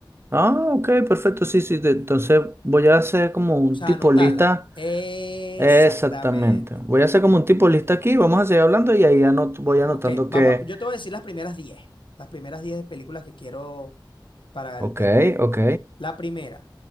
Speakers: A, on the right; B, on the left.
A: Ah, ok, perfecto, sí, sí, te- entonces voy a hacer como un
B: O sea,
A: tipo
B: anotarla.
A: lista
B: Exactamente.
A: Exactamente. Voy a hacer como un tipo lista aquí, vamos a seguir hablando y ahí anot- voy
B: Ah,
A: anotando
B: Ok, vamos,
A: que,
B: a- yo te voy a decir las primeras 10, Las primeras 10 películas que quiero para
A: ok,
B: el pendrive.
A: ok,
B: La primera,